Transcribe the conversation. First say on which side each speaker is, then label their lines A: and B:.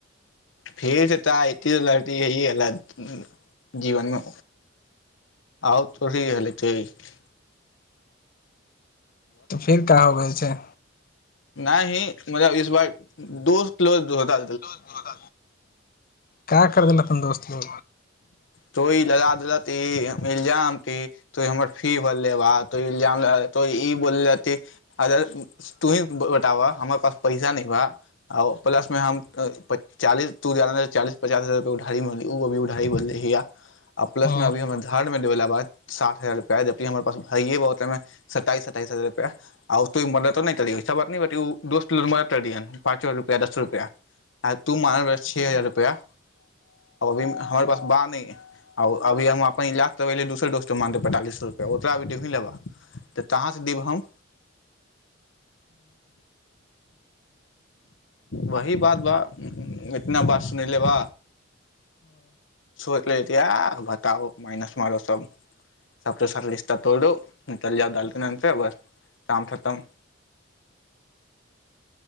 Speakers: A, on the left; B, on the left.
A: फेर ए तऽ ए यह अ् एलिथ जीवनमे आउ हे हलते ह
B: तऽ फेर का होगा इे
A: नहि ही मतब इस बार दोस्तलोता
B: रो द क्य कर देल अपनन दोस्त ल
A: तोंइ लगा द त मिल जााम त तऽ हमर फी भेललै बात तो ई जाम लगा तो ई बोललक त अगर तूही बताबह हमरा पास पैसा न बा आ प्लस मे हम पच्चालीस चालीस पचास हजार कोढ़ा घड़ी ब हिया आ प्लसमे
B: अच्छा
A: अभी हमर घरमे देबैला बात साठ हजार रुपआ जबकि हमर पास भइए बतहिमे सताइस सताइस हजारआ आ ओ तो मददो नहि करहैस बात दोस्त मदद कर दियह पाँचो रुपैआ दसो रुपैआ आ तू मान रह छओ हजार रुपैआ ओभी न हमर पास बाँह नहिं आ अभी हम अपन इलाज त एल दोसर दोस्त माने पैतालीस रुपैआ त टिफिन लाब त कहां स दिअ हम वही बातबा एतना वास सुन लेबा चो बताउ मायनस आरो सब सबच स त तोरो निकल जाऊदाल तनतर बस काम खतम